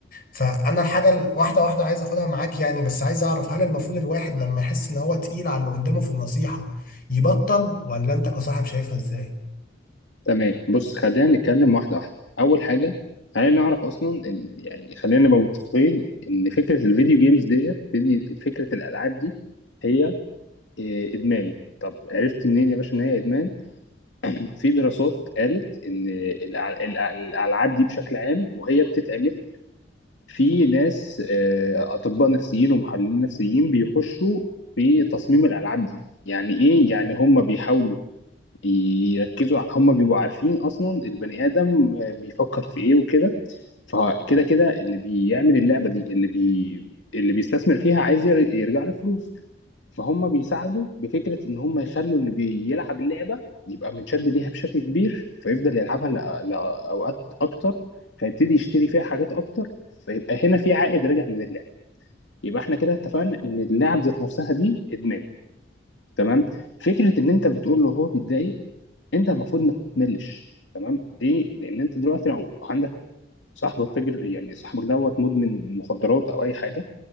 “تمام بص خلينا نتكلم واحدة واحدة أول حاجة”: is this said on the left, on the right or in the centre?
Left